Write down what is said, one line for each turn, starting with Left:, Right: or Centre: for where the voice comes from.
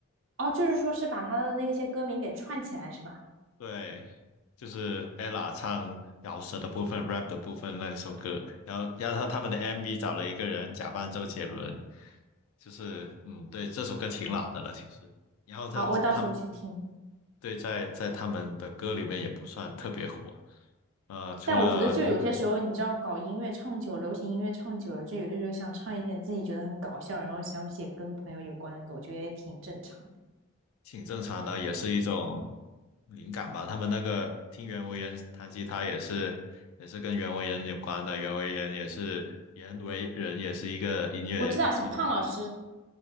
Right: 哦，就是说是把他的那些歌名给串起来是吧？
Left: 对，就是 ella 唱饶舌的部分、rap 的部分那一首歌，然后然后他们的 MV 找了一个人假扮周杰伦，就是嗯，对，这首歌挺老的了其实，然后他这他们
Right: 好，我到时候去听。
Left: 对在在他们的歌里面也不算特别火，呃，除了嗯
Right: 但我觉得就有些时候，你知道，搞音乐唱久，流行音乐唱久了，就有些时候想唱一些自己觉得很搞笑，然后想写跟朋友有关的歌，我觉得也挺正常的。
Left: 挺正常的，也是一种灵感吧。他们那个听袁惟仁弹吉他也是也是跟袁惟仁有关的，袁惟仁也是袁惟仁也是一个音乐就是
Right: 我知道小胖老师，